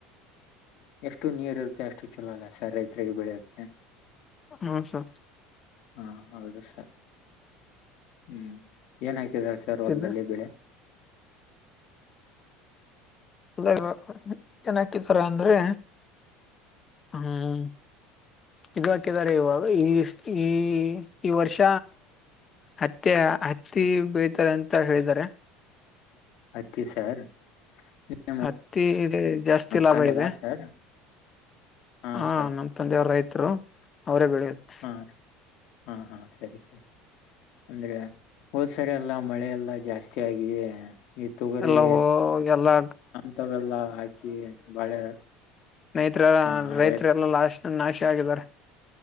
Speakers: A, on the left (about 65°); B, on the left (about 30°).
A: ಎಷ್ಟು ನೀರ್ ಇರುತ್ತೆ ಅಷ್ಟು ಚಲೋ ಅಲ್ಲ ಸರ್ ರೈತ್ರಿಗೆ ಬೆಳಿಯಕೆ
B: ಹ್ಮ ಸರ್
A: ಹಾ ಹೌದು ಸರ್ ಹ್ಮ್ ಏನಯ್ತ ಸರ್ ಹೊಲ್ದಲ್ಲಿ
B: ಇದು
A: ಬೆಳೆ ಹ್ಮ್
B: ಇಾಗ ಏನ ಹಕಿತಾರ ಅಂದ್ರೆ ಹ್ಮ್ ಇದು ಹಾಕಿದ್ದಾರೆ ಇವಾಗ ಈ ಈ ಈ ವರ್ಷ ಹತ್ತಿ ಹತ್ತಿ ಬಳೆ ತಾರೆ ಅಂತ ಹೇಳಿದಾರೆ
A: ಹತ್ತಿ ಸರ್ ನಿಮ್ಮ
B: ಹತ್ತಿ ಜಾಸ್ತಿ ಲಾಭ
A: ತಂದದ
B: ಇದೆ
A: ಸರ್ ಹಾ
B: ಹ
A: ಸರ್
B: ನಮ ತಂದೆಯವರು ರೈತರು ಅವರೇ ಬೆಳೆಯುತ್ತೆ
A: ಹಾ ಹಾ ಹಾ ಸರಿ ಸರಿ ಅಂದ್ರೆ ಹೋದ್ ಸರಿ ಅಲ್ಲ ಮಳೆಲ್ಲ ಜಾಸ್ತಿ ಆಗೇ. ಈ ತೊಗರಿ
B: ಎಲ್ಲ ಎಲ್ಲಾ
A: ಅಂತವೆಲ್ಲಾ ಹಾಕಿ ಬಾಳೆ.
B: ರೈತ್ರ
A: ಆ
B: ರೈತರೆ
A: ರೈತ
B: ಎಲ್ಲ ಲಾಶ ನಾಶ. ಆಗಿದ್ದಾರೆ.